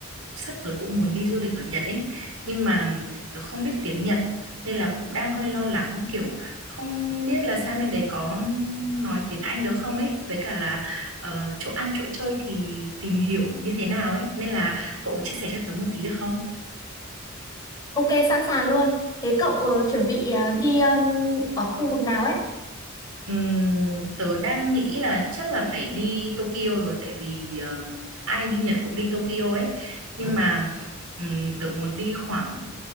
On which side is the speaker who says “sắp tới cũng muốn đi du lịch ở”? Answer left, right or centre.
Right